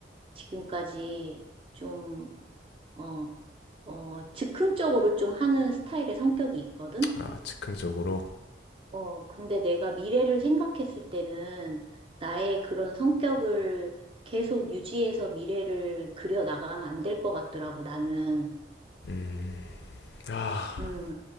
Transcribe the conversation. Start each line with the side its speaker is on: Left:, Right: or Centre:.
Right: 지금까지 좀, 어, 어, 즉흥적으로 좀 하는 스타일의 성격이 있거든?
Left: 아, 즉흥적으로
Right: 어, 근데 내가 미래를 생각했을 때는 나의 그런 성격을 계속 유지해서 미래를 그려 나가면 안 될 것 같더라고, 나는.
Left: 음. 아,
Right: 음,